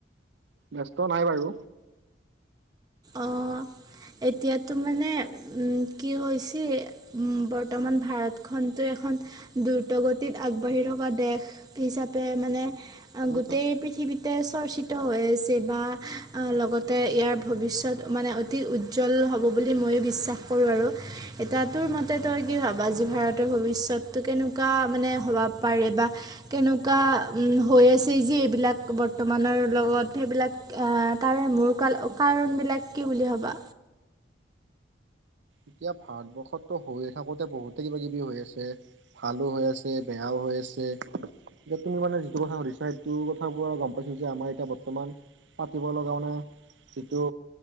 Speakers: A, on the right; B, on the right.
A: ব্যস্ত নাই বাৰু
B: অ এতিয়াতো মানে উম কি হৈছে উম বৰ্তমান ভাৰত খনত <unintelligible> এখন দ্ৰুত গতিত আগবাঢ়ি থকা দেশ হিচাপে মানে <unintelligible>
A: উম,
B: গোতেই পৃথিৱীতে চৰ্চিত হৈ আছে বা আহ লগতে ইয়াৰ ভৱিষ্যত মানে অতি উজ্জ্বল হ'ব বুলি মইো বিশ্বাস কৰো আৰু এটাটোৰ মতে তই কি ভাবা <unintelligible> আজি ভাৰতৰ ভৱিষ্যতো কেনেকুৱা মানে হবা পাৰে বা কেনেকুৱা উ হৈ <unintelligible> চি চি এইবিলাক বৰ্তমানৰ লগত সেইবিলাক তাৰে মূল কাৰণ বিলাক <unintelligible> কি বুলি ভাবা
A: এতিয়া ভাৰতবৰ্ষতটো হৈয়ে থাকোতে বহুতে কিবা কিবি হৈ আছে ভালো হৈ আছে বেয়াও হৈ <unintelligible> আছে <unintelligible> এতিয়া তুমি মানে যিটো কথা সুধিছা সেইটো কথাবোৰ গম পাইছো যে আমাৰ এতিয়া বৰ্তমান পাতিব লগা মানে <unintelligible> যিটো